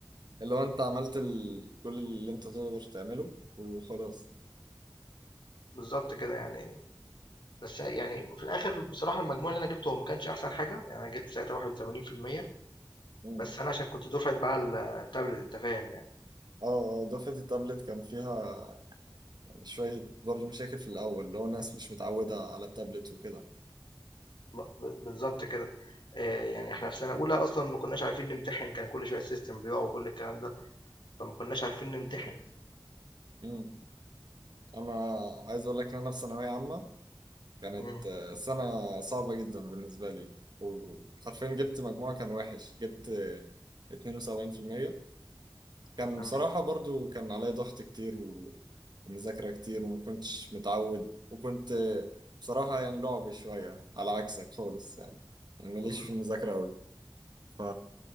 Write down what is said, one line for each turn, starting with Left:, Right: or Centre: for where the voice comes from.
Right: اللي هو انت عملت ال... كل اللي انت تقدر تعمله وخلاص
Left: بالضبط كده يعني، بس يعني في الآخر بصراحة المجموع اللي أنا جِبته هو ما كانش أحسن حاجة، يعني أنا جِبت ساعتها 81%
Right: مم.
Left: بس أنا عشان كنت دُفعة بقى ال التابلت أنت فاهم يعني،
Right: اه آه، دفعة التابلت كان فيها شوية برضه مشاكل في الأول اللي هو الناس مش متعودة على التابلت وكده
Left: ب ب بالضبط كده، آآ، يعني إحنا في سَنة أولى أصلًا ما كناش عارفين نمتحن، كان كل شوية السيستم بيُقع وكل الكلام ده، فما كناش عارفين نمتحن،
Right: مم. أنا عايز أقول لك إن أنا في ثانوية عامة كانت
Left: إمم،
Right: آه، سنة صعبة جدا بالنسبة لي وحرفيا جبت مجموعة كان وحش جبت آه، 72% كان
Left: تمام،
Right: بصراحة برضو كان عليا ضغط كتير و- ومذاكرة كتير وما كنتش متعود وكنت آه، بصراحة يعني لعبي شوية على عكسك خالص يعني يعني ماليش
Left: اهم،
Right: في المذاكرة أوي ف...